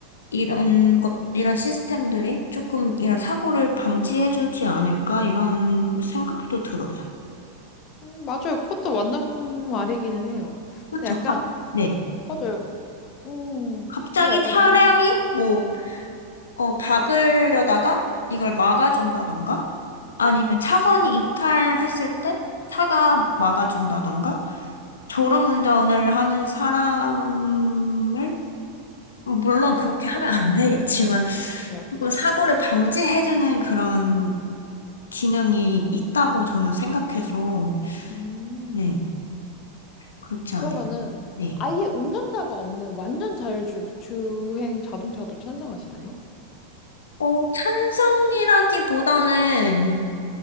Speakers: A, on the left (about 70°); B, on the left (about 35°).
A: 이런 것, 이런 시스템들이 조금 이런 사고를 방지해주지 않을까, 이런 생각도 들어요.
B: 음, 맞아요. 그것도 맞는 말이기는 해요.
A: 그쵸?
B: 근데 약간,
A: 갑, 네.
B: 맞아요. 음,
A: 갑자기
B: 근데 약간
A: 차량이
B: 전,
A: 뭐, 어, 박으려다가 이걸 막아준다던가,
B: 그죠.
A: 아니면 차선이 이탈했을 때 차가 막아준다던가, 졸음운전을 하는 사람을, 물론 그렇게 하면 안 되겠지만,
B: 그죠, 그죠.
A: 뭐 사고를 방지해주는 그런 기능이 있다고 저는 생각해서,
B: 음,
A: 네, 그렇지 않을까요?
B: 그러면은
A: 네.
B: 아예 운전자가 없는 완전 자율주행 자동차도 찬성하시나요?
A: 어, 찬성이라기보다는,